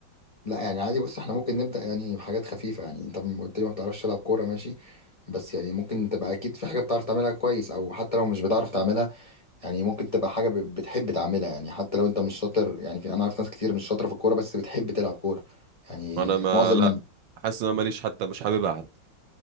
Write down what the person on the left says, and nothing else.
لا يعني عادي بص احنا ممكن نبدأ يعني بحاجات خفيفة يعني انت م- قلت لي ما بتعرفش تلعب كورة ماشي بس يعني ممكن تبقى اكيد في حاجة بتعرف تعملها كويس او حتى لو مش بتعرف تعملها يعني ممكن تبقى حاجة ب- بتحب تعملها يعني حتى لو انت مش شاطر يعني في انا عارف ناس كتير مش شاطرة في الكورة بس بتحب تلعب كورة يعني
معظم